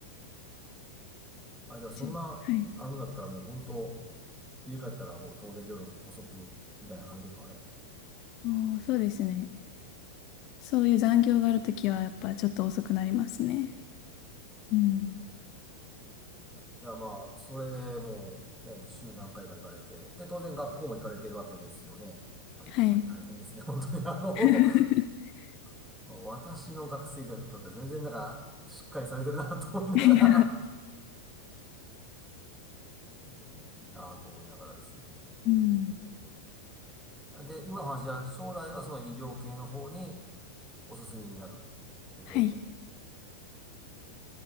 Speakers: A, in the centre; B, on the left.
A: あ、じゃあそんな、
B: ちはい。
A: あるんだったらもう本当、家帰ったらもう当然夜遅くみたいな感じですわね。
B: おー、そうですね。そういう残業があるときは、やっぱちょっと遅くなりますね。うん。
A: いや、まあ、それでもう、ね、週何回か行かれて、で、当然学校も行かれてるわけですよね。やっぱり大変ですね、
B: はい。
A: 本当に。あの、
B: <laughs>
A: <laughs> 私の学生時代と比べたら全然なんか、しっかりされてるなと思いながら、
B: いや、
A: <laughs> ねいいなと思いながらですけども。
B: うん。
A: で、今の話は、将来はその医療系の方にお進みになる予定で。
B: はい。